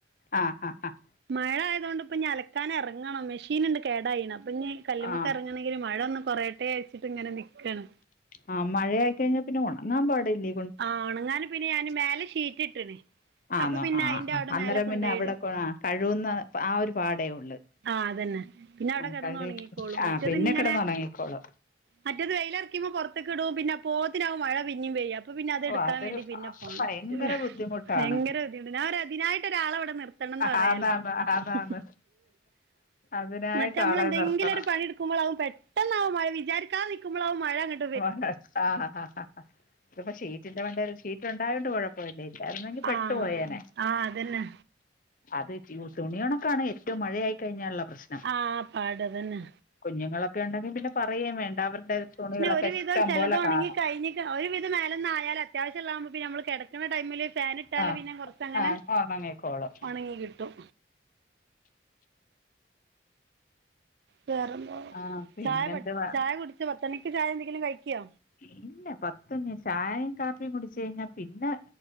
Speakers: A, on the left (about 45°); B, on the right (about 60°).
A: ആ ആ ആഹ്
B: മഴ ആയതുകൊണ്ട് ഇപ്പ ഞ അലക്കാനറങ്ങണം മെഷീൻുണ്ട് കേടായിണ അപ്പൊ ഇനി കല്ല്ലുമൊക്ക്
A: ആ
B: ഇറങ്ങണമെങ്കില മഴ ഒന്ന് കൊറേട്ടേ അയച്ചിട്ട് ഇങ്ങനെ നൽക്കണ്
A: ആഹ് മഴയയി കഴിഞ്ഞൽ പിന്നെ ഉണങ്ങാൻ പാടില്ലോ
B: ആ ഉണങ്ങൻ പിന്നെ ഞാന് മേലെ ഷീറ്റ് ഇട്ട്ണ്
A: ആണോ
B: അപ്പൊ പിന്നെ
A: ആ
B: അയിന്റെ അവിടെ
A: അന്നേരം
B: മേലെ കൊണ്ടോയിടും
A: പിന്നെ അവിടെ കഴുകുന്ന ആ ഒരു പാടേ ഉള്ളു.
B: ആ അതന്നെ പിന്നെ അവ്ടെ
A: ആ
B: കെടന്ന്
A: കഴുകി
B: ഒണങ്ങിക്കോളും
A: ആ
B: മറ്റത്
A: പിന്നെ
B: ങ്ങെനെ
A: കിടന്നുണങ്ങിക്കോളും
B: മറ്റത് വെയിലറിക്കുമ്പോ പൊറത്ത് കിടും പിന്നെ പോത്തിനാവുംമഴ പിന്നിം പെയ്യ അപ്പൊ പിന്നെ അത്
A: ഓ
B: ട്ക്കാൻ
A: അതൊരു
B: വേണ്ടി പിന്നെ പോണം
A: ഭയങ്കര ബുദ്ധിമുട്ടാണ്
B: ഭയങ്കര ബുധിമുണ്ട് ഞാൻപറയാ തിനായിട്ട് ഒരാളെവിടെനിർത്ത ത്തണം ന്നറീല
A: ആന്നാന്ന്
B: മ്
A: ആന്നാന്ന് അതിനായിട്ട്
B: മറ്റമ്മൾ
A: ആളെ
B: ന്തെങ്കിലും
A: നിർത്തണം
B: പണി പ്പ്മൊളകംപെട്ടെന്നാവും മഴ വിചാരിക്കാതെ നിക്കുമ്പളാവും മഴ ങട്ട്
A: വ് ഹ ഹ ആ <unintelligible> ആഇതിപ്പോ ഷീട് വണ്ട് ഷീറ്റ് ണ്ടായോണ്ട് കൊഴപ്പ <unintelligible> പോല ഇല്ലായിരുന്നെങ്കി പെട്ടു
B: ആ
A: പോയേനെ
B: ആ അതന്നെ
A: അത് ജൂസ്ണിണ്ക്കാണ് ഏറ്റവും മഴയായി കഴിഞ്ഞാലുള്ള പ്രശ്നം
B: ആ പാട് തെന്നെ
A: കുഞ്ഞുങ്ങളൊക്കെ ണ്ടെങ്കിൽ പിന്നെ പറയേം വേണ്ട അവര്ടെ തുണികളൊക്കെ
B: ഒര്
A: ഇഷ്ടം
B: വിധം ചെലത്ഒണങ്ങി
A: പോലെ കാണും
B: കഴിഞ്ഞ് ഒരുവിധം മേലന്നായാലും അത്യാവിശ്യള്ളാകുമ്പോ പിന്നെ മ്മള് കെടക്ണ ടൈമിൽ ഫേനിട്ട് ട്ടാൽ
A: ആ
B: പിന്നെ കൊറച്ചങ്ങനെ
A: ആ ഉണങ്ങിക്കോളും
B: ഒണങ്ങി കിട്ടും വേറെന്താ
A: ആ പിന്നെന്തുവാ
B: ചായ പട് ചായ കുടിച്ചൊ പത്തെണിക്ക് ചായ ന്തെങ്കിലും കഴിക്കൊ
A: ഇല്ല പത്തന്ന് ചായിം കാപ്പിയും കുടച്ച് കഴിഞ്ഞാ പിന്നെ